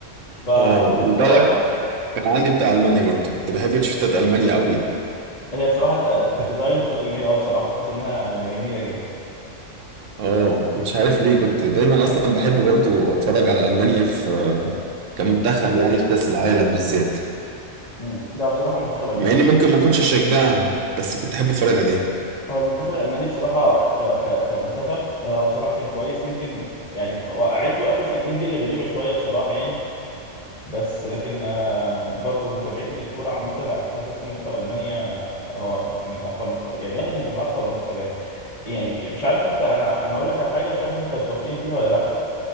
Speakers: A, on the left (about 30°); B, on the right (about 75°).
A: <laughs>
B: اه وبالك
A: فوقتها
B: كان عندي بتاع ألمانيا برضه كنت بحب تيشيرتات ألمانيا قوي
A: هي بصراحه آه، كانت ديزاين بتبقى جميله قوي بصراحه بحس انها جميله جدا
B: اه مش عارف ليه كنت دايما أصلا بحب برضه أتفرج على ألمانيا في كمنتخب يعني في كأس العالم بالذات
A: مم. ده بصراحه منتخب الماني
B: مع إني ممكن ما كنتش أشجعها بس كنت أحب أتفرج عليها
A: هو المنتخب الألماني بصراحة ك... ك... كمنتخب آه، بصراحة كان كويس يمكن يعني وقعته آخر سنتين دي اللي غريبة شوية بصراحة يعني بس لكن أنا برضو متابعتي للكرة عامة لا كنت بحس منتخب ألمانيا هو من أقوى المنتخب يعني واحد من أقوى المنتخبات يعني مش عارف أنت أنا أنا هقول لك على حاجة مش عارف أنت بتوافقني فيها ولا لأ